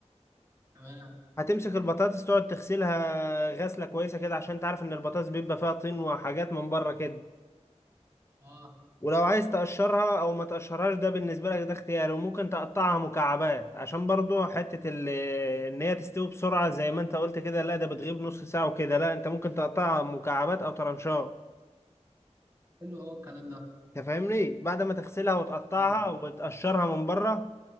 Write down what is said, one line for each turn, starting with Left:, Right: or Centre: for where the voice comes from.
Right: تمام
Left: هتمسك البطاطس تقعد تغسلها غسلة كويسة كده عشان تعرف ان البطاطس بيبقى فيها طين وحاجات من بره كده
Right: اه
Left: ولو عايز تقشرها او ما تقشرهاش ده بالنسبة لك ده اختياري وممكن تقطعها مكعبات عشان برضو حتة ال- ان هي تستوي بسرعة زي ما انت قلت كده لا ده بتغيب نص ساعة وكده لا انت ممكن تقطعها مكعبات او ترنشات
Right: حلو اه الكلام ده
Left: انت فاهمني بعد ما تغسلها وتقطعها
Right: اه
Left: وتقشرها من بره